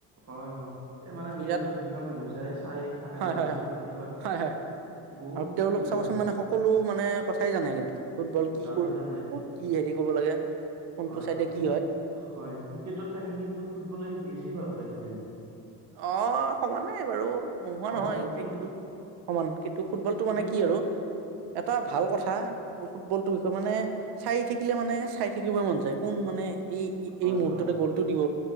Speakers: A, on the right; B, on the right.
A: হয় হয় এই মানে
B: বিৰাট
A: দুই এটা বুঢ়া মানুহ যায় চাই থাকে
B: হয়
A: আমাৰ
B: হয়
A: লগত
B: হয়
A: কেতিয়াবা।
B: হয় হয়
A: বহুত
B: আৰু
A: ফূৰ্তি
B: তেওঁলোক
A: পায়
B: চাবচোন মানে সকলো মানে কথাই জানে কিন্তু ফুটবল কি
A: জানে
B: ক
A: জানে
B: ক'ত কি হেৰি কৰিব লাগে। কোনটো
A: হয়
B: চাইডে
A: হয় কিন্তু
B: কি
A: হয় ক্ৰিকেটত থাকি কিন্তু ফুটবলে বেছি ভাল পায় কিজানি।
B: অ সমানেই বাৰু নোহোৱা
A: হয়
B: নহয়
A: হয়
B: ক্ৰিকেটো
A: কি
B: সমান ত ফুটবলটো
A: কিন্তু
B: মানে কি আৰু এটা ভাল কথা ফুটবলটোৰ বিষয়ে মানে চাই থাকিলে মানে চাই থাকিবই মন যায়। কোন মানে এই
A: হয়
B: এই মুহূৰ্ততে
A: হয় হয়
B: গ'লটো দিব